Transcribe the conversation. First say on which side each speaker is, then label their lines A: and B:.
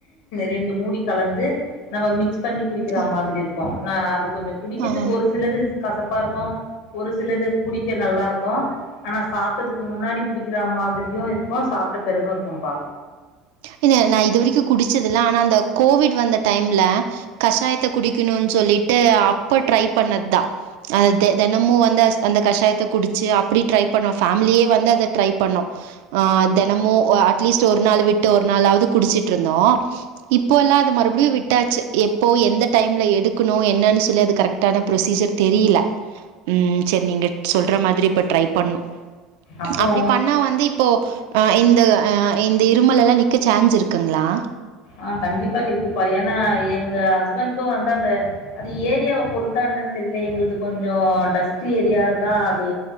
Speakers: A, on the left; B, on the right.
A: ரெண்டு மூடி கலந்து நம்ம மிக்ஸ் பண்ணி குடிக்கிற
B: அ
A: மாதிரி இருக்கும் நான் அது கொஞ்சம் குடிக்கிறதுக்கு
B: ஆ
A: ஒரு சிலது கசப்பா இருக்கு ஒரு சிலது குடிக்க நல்லா இருக்கு ஆனா சாப் டதுக்கு முன்னாடி குடிக்கிற மாதிரியும் இருக்கும் சாப்ட்ட பிறகும் இருக்கும்பா
B: இது நா இதுவரிக்கும் குடிச்சதுல்ல ஆனா அந்த கோவிட் வந்த டைம்ல கஷாயத்த குடிக்குனும்னு சொல்லிட்டு அப்ப ட்ரை பண்ணது தான் அத தெ தெனமும் வந்து அ அந்த கஷாயத்த குடிச்சு அப்படி ட்ரை பண்ணோம் ஃபேமிலியே வந்து அதை ட்ரை பண்ணோ ஆ தெனமும் ஓ அட்லீஸ்ட்டு ஒரு நாள் விட் டு ஒரு நாளாவது குடிச்சிட்டு இருந்தோம் இப்போ எல்லாம் அது மறுபடியும் விட்டாச்சு எப்போ எந்த டைம்ல எடுக்கணு என்னன்னு சொல்லி அது கரெக்ட்டான ப்ரொசீஜர் தெரியில ம் செரி நீங்க சொல்ற மாதிரி இப்ப ட்ரை பண்ணு
A: அப்றோ
B: அப்படி பண்ணா வந்து இப்போ அ இந்த அ இந்த இரு இருமல் எல்லாம் நிக்க சேன்ஸ் இருக்குங்களா
A: ஆ கண்டிப்பா இருக்குப்பா ஏன்னா எங்க ஹஸ்பண்ட்க்கு வந்து அந்த அது ஏரியாவ பொருத்தா என்னன்னு தெரிய இல்லை எங்கது கொஞ்சோ டஸ்ட் ஏரியா தான் அது